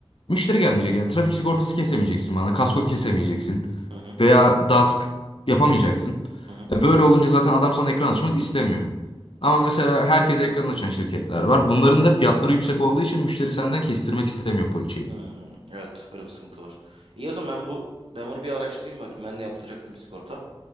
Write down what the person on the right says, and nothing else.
Hı hı.
Hı hı.
Hmm, evet öyle bir sıkıntı var. İyi o zaman ben bu ben bunu bir araştırayım bakayım. Ben de yaptıracaktım bir sigorta.